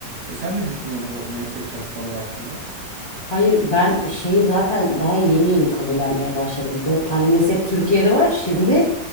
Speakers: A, on the right (about 50°); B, on the left (about 20°).
A: E sen ne düşünüyorsun bu mezhep çatışmaları hakkında?
B: Hayır ben şeyi zaten daha yeni yeni kabullenmeye başladım. Dört tane mezhep Türkiye'de var şimdi.